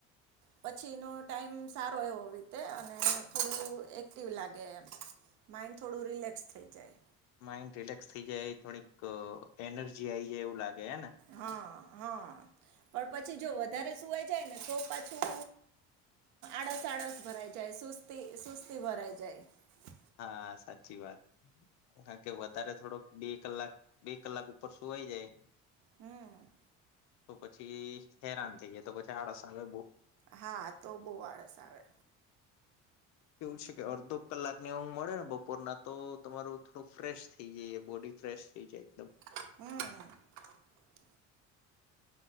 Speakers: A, on the right; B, on the left.
A: પછીનો ટાઈમ સારો એવો રીતે અને થોડું એક્ટિવ લાગે એમ. માઇન્ડ થોડું રિલેક્સ થઈ જાય.
B: માઇન્ડ રિલેક્સ થઈ જાય. થોડીક એનર્જી આઈ જાય એવું લાગે. હે ને
A: હા. હા પણ પછી જો વધારે સુવાઈ જાય. ને તો પાછું આડસ આળસ ભરાઈ જાય. સુસ્તી સુસ્તી ભરાઈ જાય.
B: હા સાચી વાત. કારણ કે વધારે થોડોક બે કલાક બે કલાક ઉપર સુવાઈ જાય.
A: હમ.
B: તો પછી હેરાન થઈ જાય. તો પછી આળસ આવે બહ
A: હા તો બહુ આળસ આવે.
B: કેવું છે. કે અર્ધો કલાકની ઊઘ મળે ને બપોરના તો તમારું થોડું ફ્રેશ થઇ જાય. બોડી ફ્રેશ થઈ જાય એકદમ.
A: હમ.